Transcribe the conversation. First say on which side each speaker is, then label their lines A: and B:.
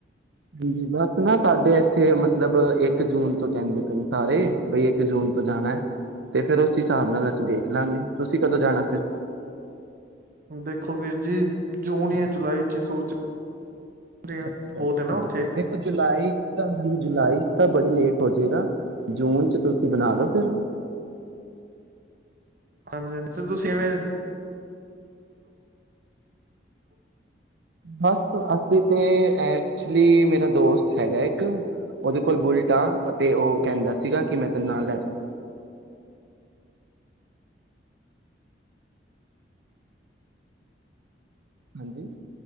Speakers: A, on the right (about 75°); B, on the right (about 50°).
A: ਜੀ ਜੀ ਬਸ ਨਾ ਸਾਡੇ ਇੱਥੇ ਮਤਲਬ ਇੱਕ ਜੂਨ ਤੋਂ ਜਾਂਦੇ ਪਏ ਨੇ ਸਾਰੇ ਬਈ ਇੱਕ ਜੂਨ ਤੋਂ ਜਾਣਾ ਹੈ ਤੇ ਫੇਰ ਉਸ ਹਿਸਾਬ ਨਾਲ ਅਸੀ ਦੇਖ ਲਾਂਗੇ ਤੁਸੀ ਕਦੋ ਜਾਣਾ ਫਿਰ।
B: ਦੇਖੋ ਵੀਰ ਜੀ ਜੂਨ ਯਾ ਜੁਲਾਈ ਚ ਹੀ ਸੋਚ ਰਹੇ ਆ
A: ਅੱਛਾ-ਅੱਛਾ
B: ਬਹੁਤ ਹੈ ਨਾ ਉੱਥੇ
A: ਦੇਖੋ ਜੁਲਾਈ ਚ ਤਾ ਹਲੇ ਜੁਲਾਈ ਚ ਤਾ ਬੜੀ ਲੇਟ ਹੋਜੇਗਾ ਜੂਨ ਚ ਤੁਸੀ ਬਨਾ ਲੋ ਫਿਰ।
B: ਹਾਂਜੀ-ਹਾਂਜੀ ਤੇ ਤੁਸੀ ਇਵੇਂ
A: ਬਸ ਅਸੀ ਤੇ ਐਕਚੁਅਲੀ ਮੇਰਾ ਦੋਸਤ ਹੈਗਾ ਇੱਕ ਉਹਦੇ ਕੋਲ ਬੁਲਟ ਆ ਅਤੇ ਉਹ ਕਹਿੰਦਾ ਸੀਗਾ ਕਿ ਮੈਂ ਤੈਨੂੰ ਨਾਲ ਲੈ ਜਾਊਂਗਾ। ਹਾਂਜੀ